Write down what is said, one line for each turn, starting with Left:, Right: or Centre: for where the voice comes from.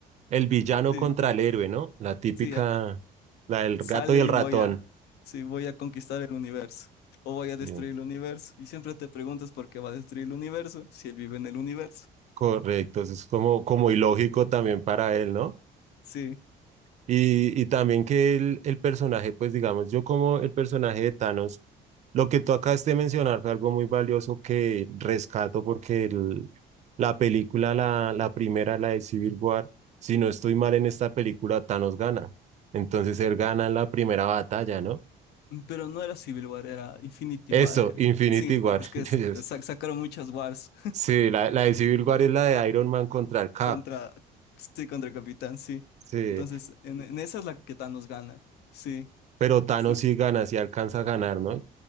Right: el villano
Left: Sí,
Right: contra el héroe, ¿no? La típica,
Left: sí, a-
Right: la del
Left: sale
Right: gato y el
Left: y
Right: ratón.
Left: voy a, sí, voy a conquistar el universo o voy
Right: Sí,
Left: a destruir el universo. Y siempre te preguntas por qué va a destruir el universo si él vive en el universo.
Right: correcto, eso es como, como ilógico también para él, ¿no?
Left: Sí.
Right: Y, y también que el, el personaje, pues digamos, yo como el personaje de Thanos, lo que tú acabas de mencionar fue algo muy valioso que rescato porque el- la película, la, la primera, la de Civil War, si no estoy mal en esta película, Thanos gana. Entonces él gana en la primera batalla, ¿no?
Left: Mm, Pero no era Civil War, era Infinity
Right: Eso,
Left: War. era.
Right: Infinity
Left: Sí,
Right: War.
Left: es que
Right: <laughs> Entonces,
Left: s- sa- sacaron muchas wars
Right: Sí, la, la de Civil War es la de Iron Man contra el Cap.
Left: contra, sí, contra el Capitán, sí.
Right: Sí,
Left: Entonces, en, en esa es la que Thanos gana. Sí,
Right: pero Thanos
Left: sí,
Right: sí gana, sí alcanza a ganar, ¿no?